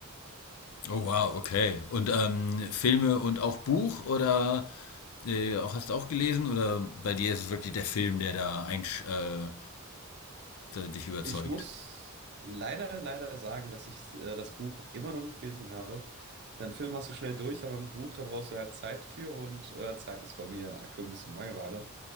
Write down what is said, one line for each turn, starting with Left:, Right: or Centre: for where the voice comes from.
Left: Oh wow, okay. Und ähm, Filme und auch Buch oder äh, auch hast du auch gelesen oder bei dir ist es wirklich der Film, der da einsch äh, der dich überzeugt?
Right: Ich muss leider, leider sagen, dass ich äh, das Buch immer noch nicht gelesen habe. Den Film hast du schnell durch, aber ein Buch, da brauchst du halt Zeit für und äh, Zeit ist bei mir aktuell ein bisschen Mangelware.